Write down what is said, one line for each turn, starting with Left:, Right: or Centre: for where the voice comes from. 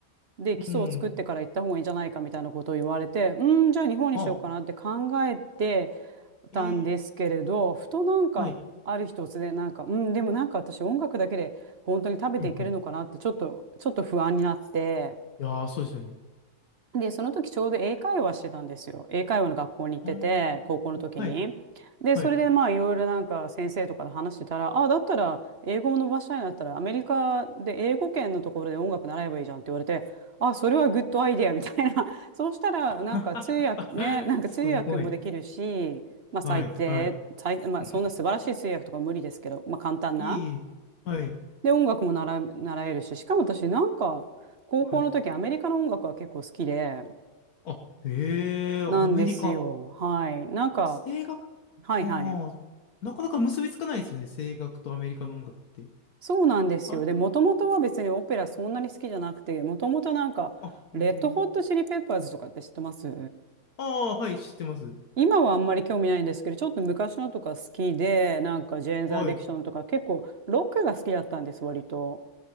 Right: で基礎を作ってから行った方がいいんじゃないかみたいなことを言われてうんじゃあ日本にしようかなって考えて。
Left: うん。あ、
Right: たんですけれど、
Left: ええ、
Right: ふとなんか、
Left: はい。
Right: ある日突然なんか、うん、でもなんか私音楽だけで本当に食べていけるのかなって、
Left: うんうん
Right: ちょっと、ちょっと不安になって、
Left: いやー、そうですよね。
Right: で、その時ちょうど英会話してたんですよ。英会話の学校に行ってて、
Left: うん。
Right: 高校の時に。
Left: はい、
Right: で、
Left: はい。
Right: それでまあいろいろなんか先生とかで話してたら、あ、だったら英語を伸ばしたいんだったらアメリカで英語圏のところで音楽習えばいいじゃんって言われて、あ、それはグッドアイデアみたいな。<laughs> そうしたらなんか通訳ね、
Left: <laughs>
Right: なんか通訳もできるし、
Left: すごい。
Right: まあ最低、
Left: はい、はい。う
Right: 最、まあそんな素晴らしい通訳とか無理ですけど、
Left: ん、
Right: まあ簡単な。
Left: いい、いいはい、
Right: で、音楽も習う、習えるし、しかも私なんか高校の時アメリカの音楽は結構好きで、
Left: はい。あ、へえ、アメリカ。
Right: なんですよ。はい。なんか、
Left: 声楽、
Right: はいはい。
Left: ああ、なかなか結びつかないですよね。声楽とアメリカの音楽って。
Right: そうなんですよ。
Left: あれも、
Right: で、もともとは別にオペラそんなに好きじゃなくて、もともとなんか、
Left: あ、
Right: レッドホットチリペッパーズとかって知ってます
Left: へえ。ああ、はい、知ってます。
Right: 今はあんまり興味ないんですけど、ちょっと昔のとか好きで、なんかジェーンズ・
Left: はい。
Right: アディクションとか結構ロックが好きだったんです、割と。